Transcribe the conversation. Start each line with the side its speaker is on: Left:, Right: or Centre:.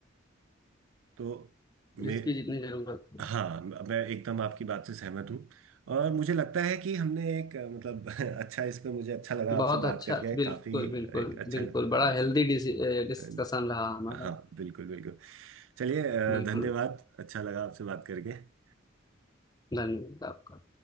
Right: तो मे
Left: जिसकी जितनी जरूरत हो
Right: हाँ म- मैं एकदम आपकी बात से सहमत हूँ और मुझे लगता है कि हमने एक अ, मतलब <laughs> अच्छा इस पे मुझे अच्छा लगा आपसे
Left: बहुत अच्छा
Right: बात करके
Left: बिल्कुल
Right: काफी एक
Left: बिल्कुल
Right: अच्छा
Left: बिल्कुल
Right: अ,
Left: बड़ा हेल्दी डिस्कशन
Right: अ,
Left: रहा हमारा
Right: हाँ बिल्कुल बिल्कुल चलिए अ,
Left: बिल्कुल
Right: धन्यवाद अच्छा लगा आपसे बात करके
Left: धन्यवाद आपका